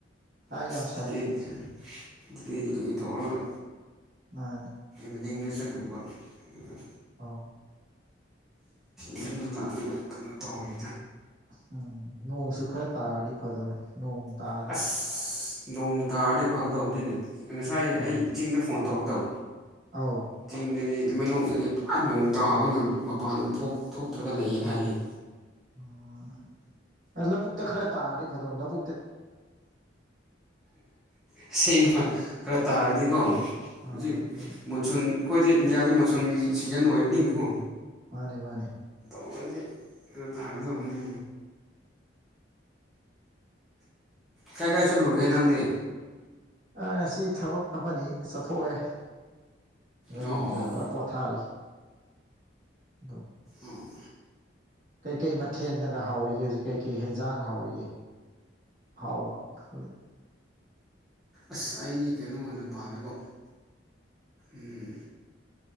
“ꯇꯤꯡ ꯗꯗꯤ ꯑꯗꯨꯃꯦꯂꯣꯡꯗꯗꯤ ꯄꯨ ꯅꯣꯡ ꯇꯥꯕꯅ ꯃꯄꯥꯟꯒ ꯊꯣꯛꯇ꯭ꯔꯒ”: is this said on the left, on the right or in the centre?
Centre